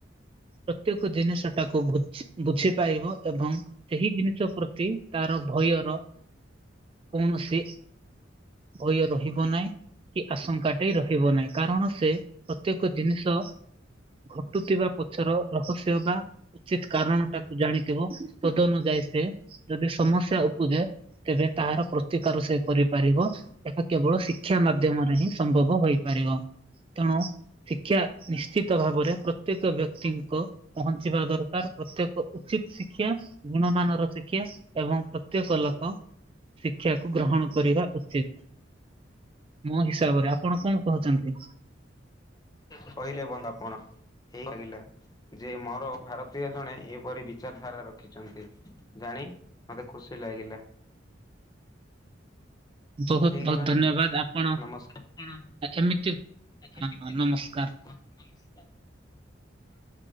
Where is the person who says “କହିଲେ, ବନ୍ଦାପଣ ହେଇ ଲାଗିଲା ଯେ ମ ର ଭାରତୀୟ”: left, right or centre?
Left